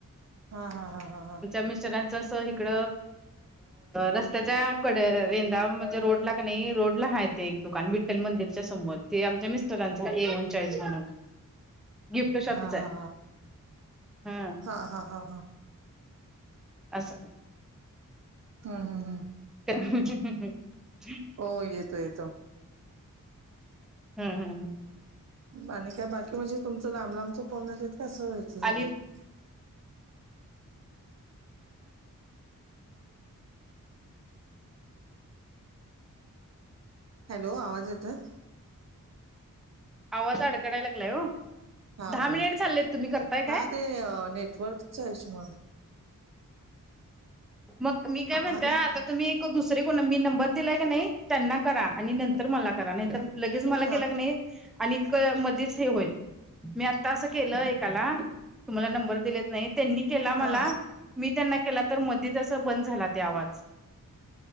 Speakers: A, on the right; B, in the centre.
A: हा हा हा हा हा
B: मिस्टरांच इकड रस्त्याच्या कडे रेंदा म्हणजे रोडला कि नाही रोडला आहे ते एक दुकान. विठ्ठल मंदिरच्या समोर. ते आमच्या मिस्टरांचा आहे. एवन चॉईस म्हणून. गिफ्ट शॉपीच
A: हा हा
B: आहे.
A: हा
B: हम्म
A: हा हा हा हा
B: असं
A: हम्म हम्म हम्म
B: <unintelligible>
A: हो येतो येतो.
B: हम्म हम्म हम्म
A: आणि काय बाकी म्हणजे तुमचं लांब लांबचं कोण झालेत का असं व्हायचं झालेत.
B: आणि
A: हॅलो आवाज येतोय.
B: आवाज अडकडायला लागलाय हो.
A: हा
B: दहा
A: बोला.
B: मिनिट चाललेत तुम्ही करताय काय
A: हा ते नेटवर्कचा ईशु मूळे.
B: मग मी काय म्हणतेय
A: हा नाही
B: आता तुम्ही एक दुसरे कोण मी नंबर दिलाय की नाही, त्यांना करा. आणि नंतर मला करा. नाही तर लगेच मला
A: हा
B: केला नाही आणि मध्येच हे होईल. मी आत्ता असं केलं एकाला तुम्हाला नंबर दिलेत नाहीत. त्यांनी केला मला.
A: हा
B: मी त्यांना केला तर म तस बंद झाला ते आवाज.